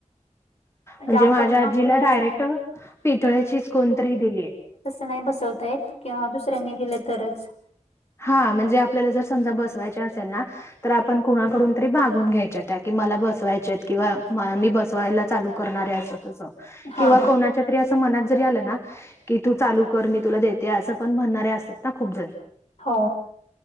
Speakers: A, on the left; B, on the left.
A: म्हणजे
B: आपण
A: माझ्या आजीला
B: आपल्या
A: डायरेक्ट पितळेचीच कोणतरी दिलीये.
B: नाय बसवतायेत किंवा दुसऱ्यांनी दिल तरच.
A: हां म्हणजे आपल्याला जर समजा बसवायची असेल ना. तर आपण कुणाकडून तरी भागून घ्यायच्या त्या कि, मला बसवायच्या किंवा मी बसवायला चालू करणारे असं तसं..
B: हा
A: किंवा
B: हा
A: कोणा च्या तरी असं मनात जरी आलं ना की, तू चालू कर मी तुला देते असं पण म्हणारे असेत ना खूपजण.
B: हो